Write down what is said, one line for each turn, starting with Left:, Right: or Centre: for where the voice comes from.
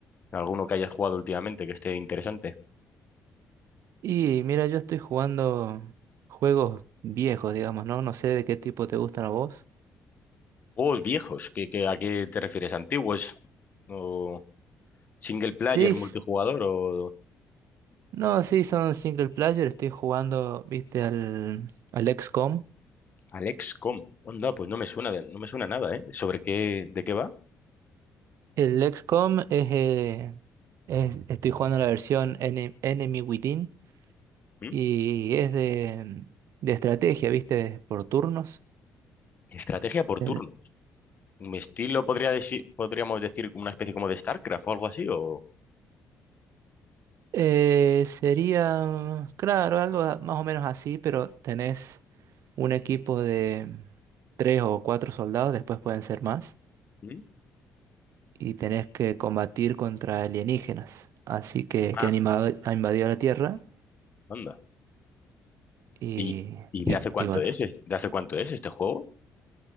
Left: ¿Alguno que hayas jugado últimamente que esté interesante?
Right: Y mira, yo estoy jugando juegos viejos, digamos, ¿no? No sé de qué tipo te gustan a vos.
Left: Juegos viejos, ¿qué, qué- a qué te refieres? ¿Antiguos? ¿O single player,
Right: Sí,
Left: multijugador
Right: s-
Left: o
Right: no, sí, son single player, estoy jugando, viste, al, al XCOM.
Left: Alexcom? Onda, pues no me suena, no me suena nada, ¿eh? ¿Sobre qué, de qué va?
Right: El XCOM es, eh, es- estoy jugando la versión Ene- Enemy Within
Left: ¿Mm?
Right: y es de, de estrategia, viste, por turnos.
Left: Estrategia por
Right: El-
Left: turno. mi estilo, podría decir podríamos decir, una especie como de StarCraft o algo así, o...
Right: Eh, sería, claro, algo a- más o menos así, pero tenés... un equipo de tres o cuatro soldados, después pueden ser más,
Left: ¿Mm?
Right: y tenés que combatir contra alienígenas, así que,
Left: Ah,
Right: que han invadido, han invadido la Tierra
Left: anda.
Right: y,
Left: ¿Y, y
Right: y,
Left: de hace cuánto
Right: y bueno.
Left: es? eh? ¿De hace cuánto es este juego?